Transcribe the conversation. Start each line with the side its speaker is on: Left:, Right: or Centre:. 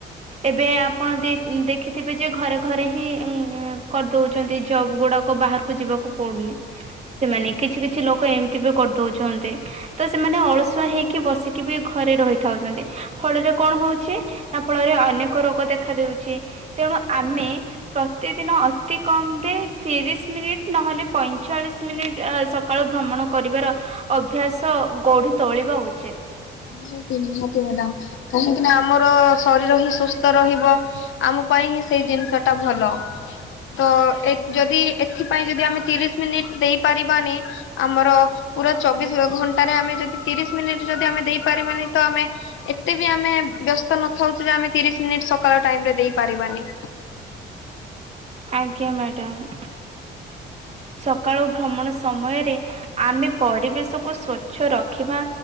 Right: ଏବେ ଆପଣ ଦେଇ ଦେଖିଥିବେ ଯେ ଘରେ ଘରେ ହିଁ କରିଦେଉଛନ୍ତି ଜବ୍ ଗୁଡ଼ାକ ବାହାରକୁ ଯିବାକୁ ପଡ଼ୁନି। ସେମାନେ କିଛି କିଛି ଲୋକ ଏମିତି ବି କରିଦଉଛନ୍ତି। ତ ସେମାନେ ଅଳସୁଆ ହେଇକି ବସିକି ବି ଘରେ ରହିଥାଉଛନ୍ତି ଫଳରେ କଣ ହଉଛି ତା ଫଳରେ ଅନେକ ରୋଗ ଦେଖା ଦେଉଛି। ତେଣୁ ଆମେ ପ୍ରତିଦିନ ଅତି କମ ରେ ତିରିଶ ମିନିଟ୍ ନହେଲେ ପଇଁ ଚାଳିଶ ମିନିଟ୍ ସକାଳୁ ଭ୍ରମଣ କରିବାର ଅଭ୍ୟାସ ଗଢି ତୋଳିବା ଉଚିତ।
Left: ନିହାତି ନିହାତି ମ୍ୟାଡ଼ାମ କାହିଁକି ନା ଆମର ଶରୀର ହିଁ ସୁସ୍ଥ ରହିବ। ଆମ ପାଇଁ ହିଁ ସେଇ ଜିନିଷ ଟା ଭଲ। ତ ଏ ଯଦି ଏଥିପାଇଁ ଯଦି ଆମେ ତିରିଶ ମିନିଟ୍ ଦେଇପାରିବାନି ଆମର ପୁରା ଚବିଶ ଘଣ୍ଟାରେ ଆମେ ଯଦି ତିରିଶ ମିନିଟ ଯଦି ଆମେ ଦେଇପାରିବାନି ତ ଆମେ ଏତେ ବି ଆମେ ବ୍ୟସ୍ତ ନଥାଉଛୁ ଯେ ଆମେ ତିରିଶ ମିନିଟ ସକାଳ ଟାଇମ ରେ ଦେଇ ପାରିବାନି।
Right: ଆଜ୍ଞା ମ୍ୟାଡ଼ାମ୍। ସକାଳୁ ଭ୍ରମଣ ସମୟରେ ଆମେ ପରିବେଶକୁ ସ୍ଵଚ୍ଛ ରଖିବା